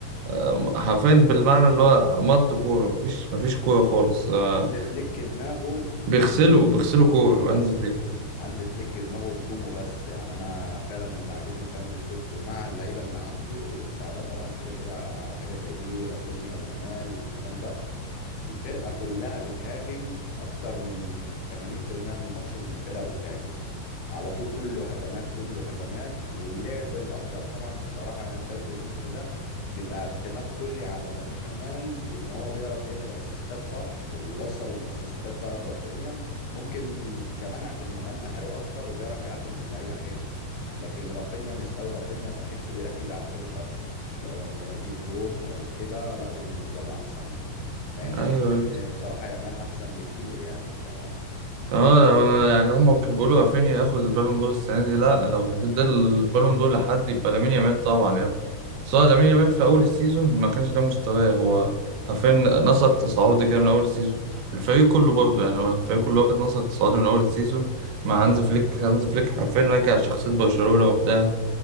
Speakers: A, on the right; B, on the left.
A: آه، حرفيا بالمعنى اللي هو مالت كوره مفيش مفيش كوره خالص آه،
B: هانز فليك دماغه
A: بيغسلوا
B: هجوم
A: بيغسلوا
B: هجوم
A: كورة
B: وبس
A: هانز فليك
B: هانز فليك دماغه هجوم وبس يعني انا فعلا اللي عاجبني في هانز فليك ومع اللعيبه اللي عنده اللي مساعداه طبعا كده كده على حاجه زي دي رافينيا ويامال والكلام ده الفرقه كلها بتهاجم اكتر من 80% من الماتش الفرقه بتهاجم على طول كله هجمات كله هجمات واللعب الاكتر طبعا بصراحه انا شايفه الموسم ده بيبقى اعتماد كلي على لامين يامال وان هو بيعرف يعمل اسيستات صح وبيوصل الاسيستات بقى لرافينيا ممكن ال- كمان عشان يامال مهاري اكتر وبيعرف يعدي من اللعيبه حلو لكن رافينيا مش قوي رافينيا بحسه بيركز على الفينش اكتر اللي هو ان هو يجيب جون او كده لا دي بالنسبه له احسن له مع اني
A: ايوه
B: شايف
A: ايوه
B: ان بصراحه يامال احسن بكتير يعني ف
A: اه أنا- يعني هم كانوا بيقولوا رافينيا ياخد البالون دور السنة دي لا لو هتدي البالون دور لحد يبقى لامين يامال طبعا يا ابني سواء
B: انا
A: لامين يامال في اول السيزون ما كانش ده مستواه هو حرفيا نسق تصاعدي كده من اول السيزون الفريق كله برضه يعني هو الفريق كله واخد نسق تصاعدي من اول السيزون مع هانز فليك هانز فليك حرفيا رجع شخصية برشلونة وبتاع